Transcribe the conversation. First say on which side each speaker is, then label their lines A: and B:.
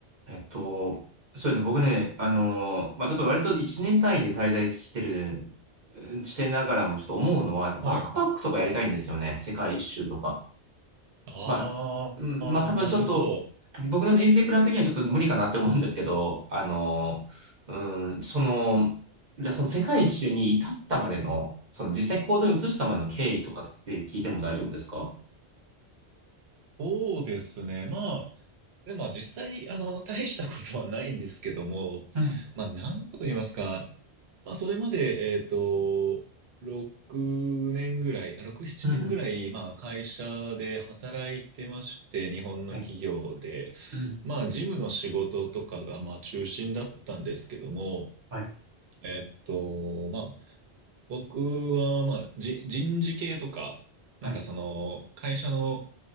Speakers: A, on the right (about 45°); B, on the right (about 70°).
A: えっと、そうですね。僕ね、あの、まあ、ちょっと割と1年単位で滞在してる、うんしてながらもちょっと思うのは、やっぱバックパックとかやりたいんですよね。
B: はいはい。
A: 世界一周とか。
B: ああ、
A: まあ、うん、まあ多分ちょっと、
B: なるほど。
A: 僕の人生プラン的にはちょっと無理かなって思うんですけど、あの、うん、その、じゃあその世界一周に至ったまでの、その実際行動に移したまでの経緯とかって聞いても大丈夫ですか
B: そうですね。まあ、でも実際、あの、大したことはないんですけども、
A: うん、
B: まあ、なんと言いますか、まあ、それまで、えっと、6年ぐらい、あ6、7年ぐらい、
A: うん、
B: まあ、会社で働いてまして、日本の企業で、
A: はい、うん、
B: まあ、事務の仕事とかが、まあ、中心だったんですけども、
A: はい、
B: えっと、まあ、僕は、まあ、じ、人事系とか、なんかその、
A: はい、
B: 会社の、